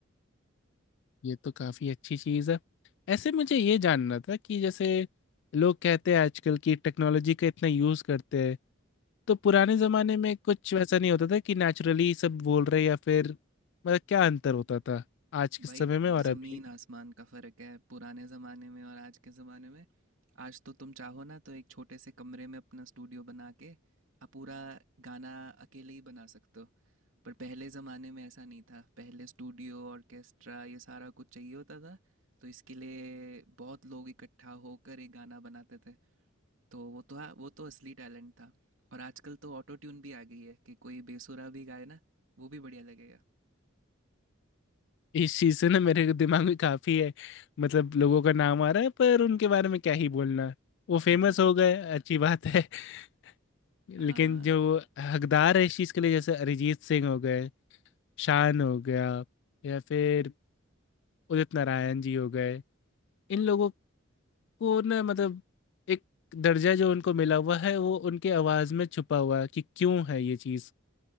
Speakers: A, on the left; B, on the right.
A: ये तो काफी अच्छी चीज है ऐसे मुझे ये जानना था कि जैसे लोग कहते हैं आजकल की टेक्नोलॉजी का इतना यूज करते हैं तो पुराने जमाने में कुछ वैसा नहीं होता था कि नेचुरली सब बोल रहे या फिर मतलब क्या अंतर होता था आज के
B: भाई
A: समय में और
B: जमीन
A: अभी
B: आसमान का फर्क है पुराने जमाने में और आज के जमाने में आज तो तुम चाहो ना तो एक छोटे से कमरे में अपना स्टूडियो बना के आप पूरा गाना अकेले ही बना सकते हो पर पहले जमाने में ऐसा नहीं था पहले स्टूडियो ऑर्केस्ट्रा ये सारा कुछ चाहिए होता था तो इसके लिए बहुत लोग इकट्ठा होकर एक गाना बनाते थे तो वो तो हाँ वो तो असली टैलेंट था और आजकल तो ऑटो ट्यून भी आ गई है कि कोई बेसुरा भी गाए ना वो भी बढ़िया लगेगा
A: इस चीज से ना मेरे दिमाग में काफी है मतलब लोगों का नाम आ रहा है पर उनके बारे में क्या ही बोलना वो फेमस
B: <laughs> हाँ हाँ
A: हो गए अच्छी बात है <laughs> लेकिन
B: हाँ
A: जो हकदार है इस चीज के लिए जैसे अरिजीत सिंह हो गए शान हो गया या फिर उदित नारायण जी हो गए इन लोगों को ना मतलब एक दर्जा जो उनको मिला हुआ है वो उनके आवाज़ में छुपा हुआ है कि क्यों है ये चीज़